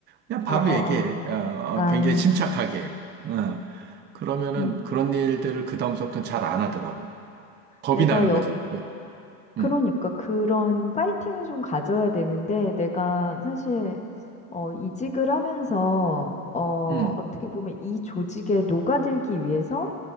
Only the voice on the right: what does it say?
그냥 바로
얘기해.
어,
어, 굉장히 침착하게. 어, 그러면은
그런 일들을 그 다음서부터는 잘 안 하더라고. 겁이
나는
거지. 왜?
음,
음,